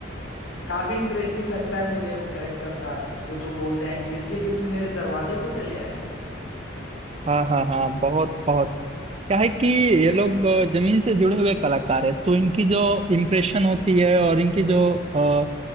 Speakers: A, on the left; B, on the right.
A: काफी इंटरेस्टिंग लगता है मुझे वो करेक्टर का वो जो बोलते हैं कि इसके लिए तुम मेरे दरवाजे पे चले आए
B: हाँ हाँ हाँ बहुत बहुत क्या है कि ये लोग अ, जमीन से जुड़े हुए कलाकार है तो इनकी जो इम्प्रेशन होती है और इनकी जो अ,